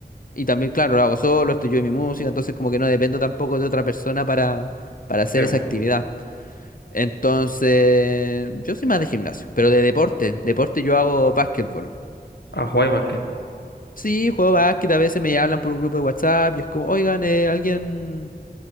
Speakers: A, on the left; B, on the left.
A: Y también, claro, lo hago solo, estoy yo y mi música, entonces como que no dependo tampoco de otra persona para, para hacer
B: Debo.
A: esa actividad. Entonces, yo soy más de gimnasio, pero de deporte. Deporte yo hago básquetbol.
B: A jugar básquet.
A: Sí, juego básquet, a veces me hablan por un grupo de WhatsApp y es como, oigan, eh, alguien...